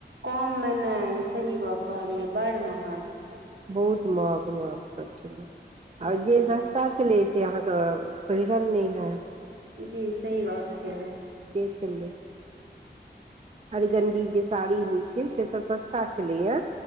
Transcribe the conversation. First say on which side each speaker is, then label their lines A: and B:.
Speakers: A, on the right; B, on the right.
A: कोम मे नय सही गप कहलियै बड़ महग
B: बहुत महंग महंग सब छेलै
A: जी
B: आर जे सस्ता छलै से अहाँके पहिरल नय हैत।
A: जी सही बात छै
B: के छेलै अरगण्डी जे साड़ी होइत छै से सब सस्ता छलैए